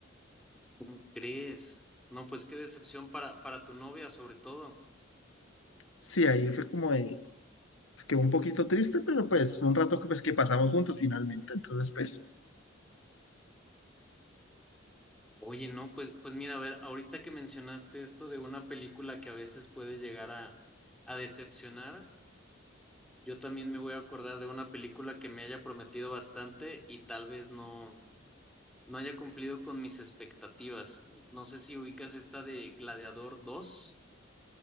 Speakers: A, in the centre; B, on the left.
A: ¿Cómo crees? No, pues qué decepción para, para tu novia, sobre todo.
B: Sí, ahí fue como de, pues, quedó un poquito triste, pero pues fue un rato que, pues, que pasamos juntos finalmente. Entonces, pues
A: Oye, no, pues, pues mira, a ver, ahorita que mencionaste esto de una película que a veces puede llegar a, a decepcionar, yo también me voy a acordar de una película que me haya prometido bastante y tal vez no. no haya cumplido con mis expectativas. No sé si ubicas esta de Gladiador dos